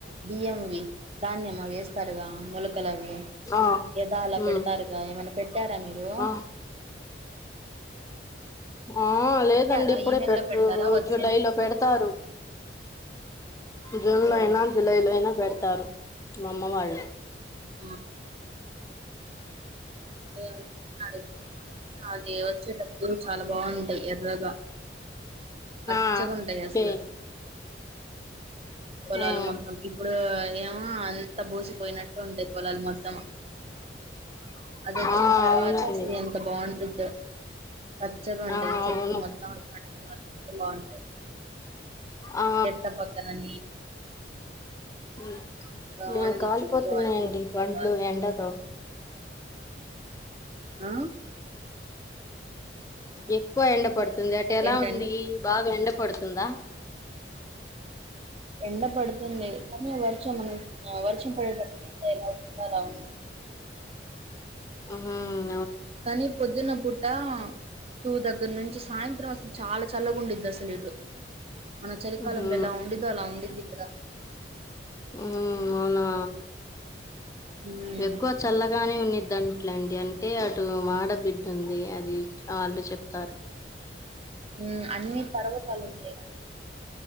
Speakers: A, on the right (about 30°); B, on the left (about 15°).
A: బియ్యం వి ధాన్యం అవేస్ తరగా మొలకలు అవి
B: ఆ
A: ఎదా అలా
B: ఉమ్
A: పెడతారుగా ఏమన్నా పెట్టారా మీరు
B: ఆ ఆ లేదండి
A: పెట్టారా
B: ఇప్పుడే
A: ఈ నెలలో
B: పెట్రూ
A: పెడతారా వచ్చే
B: జులై లో పెడ తరు జూన్ లో
A: ఓ
B: అయినా జులై లో అయ్ న పెడుతారు మా అమ్మ వాళ్ళు
A: ఆ ఓ అడుగుంట కానీ అది వచ్చేడబ్బుడు చాలా బాగుంటయ్ ఎర్రగా పచ్చకుంటాయి
B: ఆ
A: అసలు
B: ఏ
A: పొలాలు
B: ఆ
A: మొత్తం ఇప్పుడు ఏమో అంత బోసి, పోయినట్ ఉంటయ్ పొలాలు మొత్తం అదొచ్చిన
B: ఆ
A: తర్వాత
B: అవునండి
A: అసలు ఎంత బాగుండిద్దో పచ్చగుంటాయ్
B: ఆ
A: చెట్లు
B: అవును
A: మొత్తం ఆ కడుకు ల బాగుంటాయి
B: ఆ
A: ఎట్ల పక్కనని
B: హ్మ్
A: బాగుండిద్ది
B: నేమ్ కాలిపోతున్నాయండి
A: వ్యూ అనేది
B: బండ్లు
A: పొలాలు
B: ఎండతో
A: ఆ
B: ఎక్కువ ఎండ పడుతు సంద అట ఎలా
A: ఏంటండి
B: ఉంది బాగా ఎండ పడుతుందా
A: ఎండ పడుతుంది కానీ వర్షం వర్షం పడేటప్పటిక ఎంట ఎలా వచ్చుందో అలా ఉ
B: ఆహా
A: కానీ పొద్దున్న పుర్తి అ టూ దగ్గర నుంచి సాయంత్రం అసలు చాలా చల్లగుండిద్ది అసలు ఇటు మన చలికాలంలో
B: ఉహూ
A: ఎలా ఉండిద్ది అలా ఉండిద్ది ఇక్కడ
B: మ్మ్ అవునా
A: ఉమ్
B: ఎక్కువ చల్లగానే ఉంది ఇంట్లండి అంటే అటు మాడ బిడ్డ ఉంది అది వాళ్ళే చెప్తారు
A: మ్మ్ అన్ని పర్వతాలు ఉంటాయి కానీ